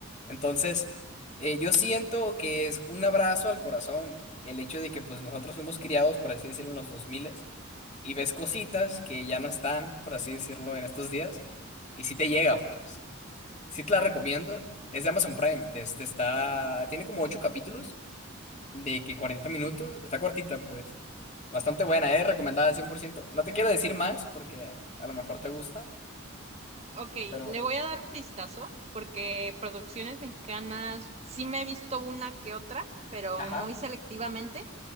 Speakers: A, on the left; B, on the right.
A: Entonces, eh, yo siento que es un abrazo al corazón el hecho de que, pues, nosotros fuimos criados, por así decirlo, en los 2000 y ves cositas que ya no están, por así decirlo, en estos días, y sí te llega,
B: Claro,
A: pues. Sí te
B: claro.
A: la recomiendo. Es de Amazon Prime. de Este está, tiene como ocho capítulos de que 40 minutos. Está cortita, pues. Bastante buena, ¿eh? Recomendada cien por ciento No te quiero decir más porque a lo mejor te gusta,
B: Ok,
A: pero...
B: le voy a dar un vistazo porque producciones mexicanas sí me he visto una que otra, pero
A: Ajá.
B: muy selectivamente.